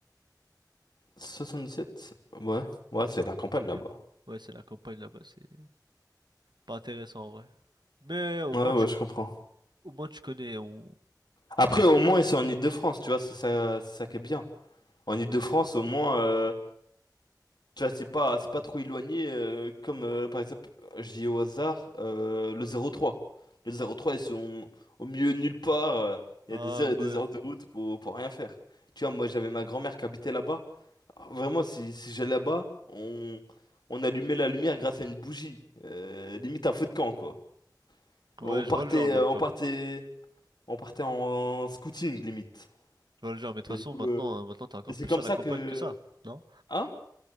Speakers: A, on the left (about 70°); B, on the right (about 75°).
A: 77? Ouais. Ouais, c'est la campagne
B: Tu connais?
A: là-bas.
B: Ouais, c'est la campagne là-bas, c'est pas intéressant en vrai. Mais au
A: Ouais,
B: moins
A: ouais,
B: tu,
A: je comprends.
B: au moins, tu connais. on-
A: Après, au moins, ils sont en Île-de-France, tu vois, c'est ça, c'est ça qui est bien. En Île-de-France, au moins. euh, Tu vois, c'est pas, c'est pas trop éloigné, euh, comme euh, par exemple, je dis au hasard, euh, le 0,3. Le 0,3, ils sont au milieu de nulle part. euh, Il
B: Ah
A: y a des heures et
B: ouais.
A: des heures de route pour, pour rien faire. Tu vois, moi, j'avais ma grand-mère qui habitait là-bas. Alors, vraiment, si, si j'allais là-bas, on, on allumait la lumière grâce à une bougie. Euh, limite un feu de camp, quoi.
B: Ouais,
A: On partait,
B: je vois le genre, je
A: euh,
B: vois
A: on
B: le genre.
A: partait, on partait en, en scouting, limite.
B: Je vois le genre, mais de toute
A: Et
B: façon,
A: du coup,
B: maintenant,
A: euh,
B: euh, maintenant t'es encore
A: et c'est
B: plus
A: comme
B: à la
A: ça
B: campagne
A: que...
B: que ça, non?
A: Hein?